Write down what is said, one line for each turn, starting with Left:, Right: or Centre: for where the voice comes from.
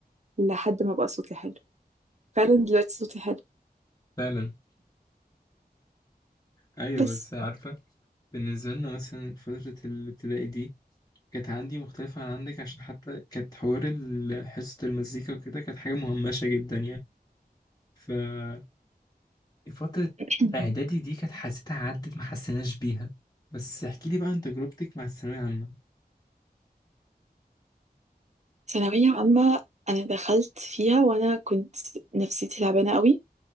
Right: لحد ما بقى صوتي حلو فعلا دلوقتي صوتي حلو
Left: فعلا ايوه
Right: بس
Left: بس عارفة بالنسبة لنا مثلا فترة الابتدائي دي كانت عندي مختلفة عن عندك عشان حتى كانت حوار ال- حصة المزيكا وكده كانت حاجة مهمشة جدا يعني فترة
Right: <clears throat>
Left: إعدادي دي كانت حسيتها عدت ما حسيناش بيها بس احكي لي بقى عن تجربتك مع الثانوية العامة
Right: ثانوية عامة أنا دخلت فيها وأنا كنت نفسيتي تعبانة قوي